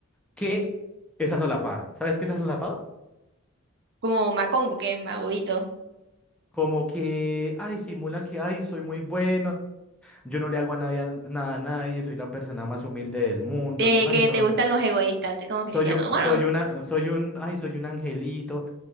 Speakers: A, in the centre; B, on the right (about 50°).
A: que es asolapada. ¿Sabes qué es asolapado?
B: Como Macongo, que es más bobito.
A: Como que, ay, simulan que, ay, soy muy bueno, yo no le hago a nadie, a nada a nadie, soy la persona más humilde del mundo,
B: De
A: so- ay,
B: que
A: no,
B: te gustan los egoístas, así como Cristiano.
A: soy, un-
B: Bueno,
A: soy una, soy un, ay, soy un angelito.